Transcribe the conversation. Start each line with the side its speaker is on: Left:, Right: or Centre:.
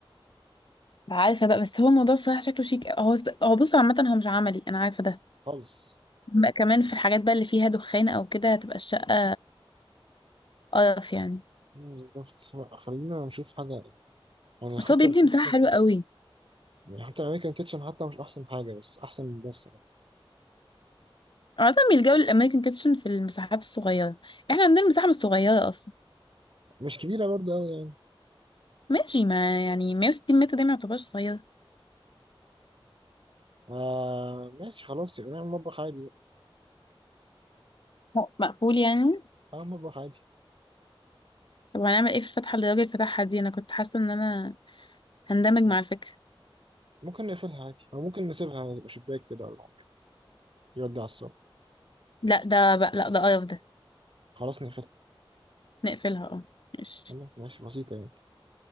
Left: عارفة بقى بس هو الموضوع الصراحة شكله شيك هو هو بص عامة هو مش عملي انا عارفة ده
Right: خالص
Left: بقى كمان في الحاجات بقى اللي فيها دخان او كده هتبقى الشقة قرف يعني
Right: مم، بالظبط. لأ، خلينا نشوف حاجة يعني
Left: بس
Right: حتى
Left: هو بيدي
Right: الأمريكان
Left: مساحة حلوة
Right: كيتشن
Left: قوي
Right: يعني حتى الأمريكان كيتشن حتى مش أحسن حاجة بس أحسن من ده الصراحة
Left: عادة بيلجأوا للأمريكان كيتشن في المساحات الصغيرة احنا عندنا المساحة مش صغيرة
Right: مش كبيرة برضه أوي يعني
Left: ماشي ما يعني 160 متر ده ما يعتبرش صغير
Right: آه ماشي خلاص يبقى نعمل مطبخ عادي بقى.
Left: هو مقفول يعني
Right: أه مطبخ عادي
Left: طب هنعمل ايه في الفتحة اللي الراجل فتحها دي انا كنت حاسة ان انا هندمج
Right: م-
Left: مع الفكرة
Right: ممكن نقفلها عادي أو ممكن نسيبها تبقى شباك كده ولا حاجة يودي على الصبح
Left: لا ده بقى لا ده قرف ده
Right: خلاص نقفلها
Left: نقفلها اه ماشي
Right: يلا، ماشي بسيطة يعني